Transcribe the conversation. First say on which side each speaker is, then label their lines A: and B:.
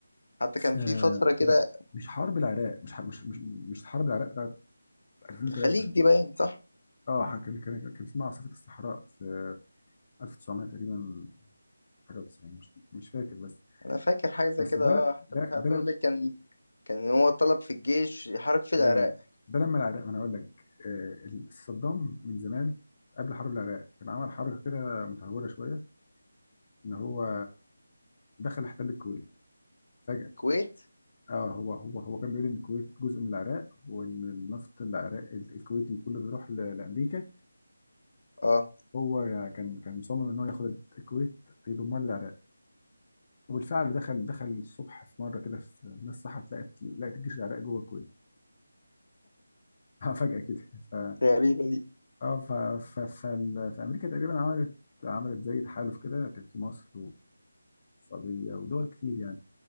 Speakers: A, on the left; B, on the left.
A: حتى
B: ف-
A: كان في فترة كده
B: لا مش حرب العراق مش ح- مش مش مش حرب العراق بتاعت 2003
A: الخليج دي باين صح؟
B: اه ح- كان كان كان اسمها عاصفة الصحراء في 1900 تقريبا حاجة و90 مش مش فاكر بس
A: أنا فاكر حاجة زي
B: بس
A: كده
B: ده
A: أه حتى
B: ده
A: مش عارف
B: ده
A: بيقول
B: لم...
A: لك كان كان هو طلب في الجيش يحارب في العراق
B: أيوة، ده لما العراق ما انا اقول لك آه، ال- صدام من زمان قبل حرب العراق كان عمل حركة كده متهورة شوية ان هو دخل احتل الكويت فجأة
A: الكويت
B: اه هو هو هو كان بيقول ان الكويت جزء من العراق وان النفط العراق ال- الكويتي كله بيروح ل- لامريكا
A: أه
B: هو كان كان مصمم ان هو ياخد الكويت يضمها للعراق وبالفعل دخل دخل الصبح في مره كده في الناس صحت لقت لقت الجيش العراقي جوه الكويت <laughs> اه فجاه كده ف
A: غريبة دي
B: اه ف... ف... فال... فامريكا تقريبا عملت عملت زي تحالف كده كان في مصر والسعوديه ودول كتير يعني